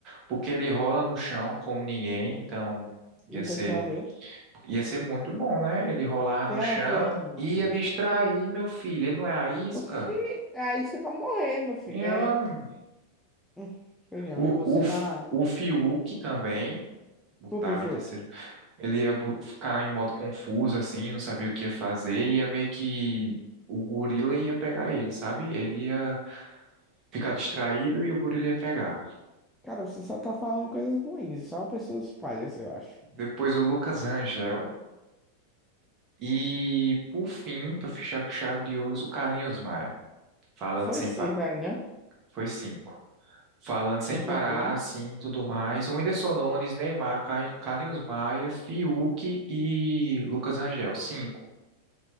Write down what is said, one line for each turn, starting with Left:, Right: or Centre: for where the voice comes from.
Right: porque ele rola no chão como ninguém, então ia
Centre: E o
Right: ser
Centre: que é que tem a ver?
Right: ia ser muito bom, né? Ele rolava
Centre: que é que tem
Right: no chão,
Centre: a ver, meu
Right: ia
Centre: amigo?
Right: distrair meu filho, ele não é a isca.
Centre: Oxi, a isca é pra morrer, meu filho,
Right: É,
Centre: né? Hum, Sei não,
Right: o,
Centre: viu? Você
Right: o, F-
Centre: tá.
Right: o Fiuk também botava
Centre: Por que, Fiuk?
Right: em terceiro. Ele ia bu- ficar em modo confuso, assim, não sabia o que ia fazer, e ia meio que. O gorila ia pegar ele, sabe? Ele ia ficar distraído e o gorila ia pegar.
Centre: Cara, você só tá falando coisas ruins, só pessoas palhas, eu acho.
Right: Depois o Lucas Rangel. E, por fim, para fechar com chave de ouros, o Carlinhos Maia. Falando
Centre: Foi
Right: sem
Centre: seis
Right: pa...
Centre: aí, não?
Right: Foi cinco. Falando sem
Centre: Tem
Right: parar,
Centre: certeza?
Right: assim, tudo mais. O Whindersson Nunes, Neymar, Ca- Carlinhos Maia, Fiuk e Lucas Rangel. Cinco.